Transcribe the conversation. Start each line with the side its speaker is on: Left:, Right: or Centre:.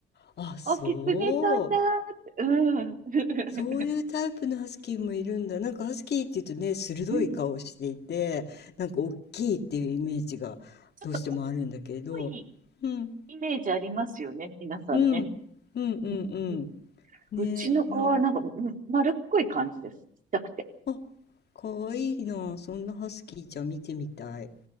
Left: あ、そう。
Right: お、キツネさんだーって。
Left: そういうタイプのハスキーもいるんだ。
Right: うん。<laughs>
Left: なんかハスキーっていうとね、鋭い顔していて、
Right: うん。
Left: なんか大きいっていうイメージがどうしてもあるんだけれど。
Right: ちょっと多い
Left: うん、
Right: イメージありますよね、皆さんね。
Left: うん、うん、うん、
Right: うん
Left: うん。
Right: うちの子はなんか、
Left: ね、なんか、
Right: うん丸っこい感じです。ちっちゃくて。
Left: あ、かわいいな。そんなハスキーちゃん見てみたい。へ